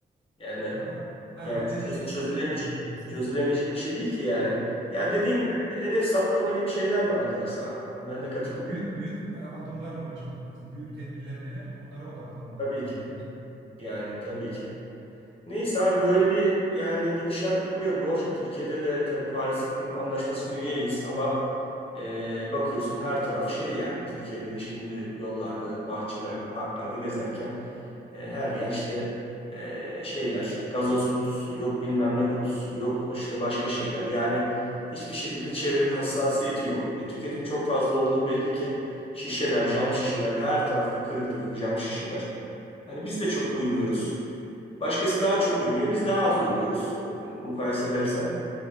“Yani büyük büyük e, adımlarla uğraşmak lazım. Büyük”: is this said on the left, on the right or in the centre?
Right